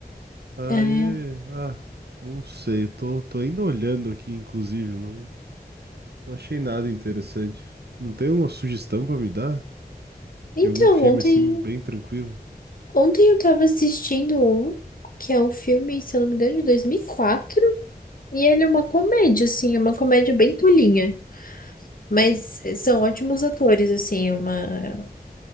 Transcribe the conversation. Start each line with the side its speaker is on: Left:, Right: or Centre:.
Right: Aí,
Left: É.
Right: ah, não sei. Tô, tô ainda olhando aqui, inclusive. Não, não achei nada interessante. Não tem alguma sugestão pra me dar?
Left: Então,
Right: De algum filme,
Left: ontem,
Right: assim, bem tranquilo?
Left: ontem eu tava assistindo um, que é um filme, se eu não me engano, de dois mil e quatro. E ele é uma comédia, assim, é uma comédia bem tolinha, mas eh, são ótimos atores, assim, é uma,